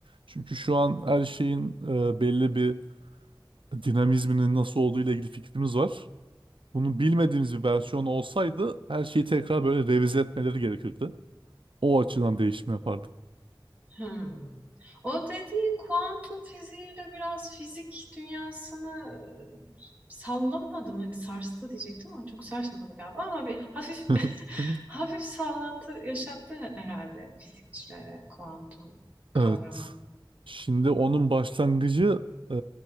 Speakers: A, on the right; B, on the right.
A: Çünkü şu an her şeyin e, belli bir dinamizminin nasıl olduğu ile ilgili fikrimiz var. Bunu bilmediğimiz bir versiyon olsaydı her şeyi tekrar böyle revize etmeleri gerekirdi. O açıdan değişim yapardı.
B: Hmm. O dediğin kuantum fiziğiyle biraz fizik dünyasını e, sallamadı mı? Hani sarstı diyecektim ama çok sarsmadı galiba. Ama bir hafif
A: <laughs>
B: <laughs> hafif sallantı yaşattı herhalde fizikçilere kuantum kavramı.
A: Evet. Şimdi onun başlangıcı e,